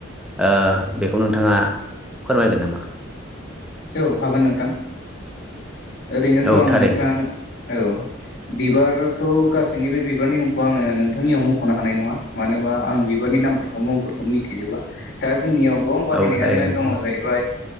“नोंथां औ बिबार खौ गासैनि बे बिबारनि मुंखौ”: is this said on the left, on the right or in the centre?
Left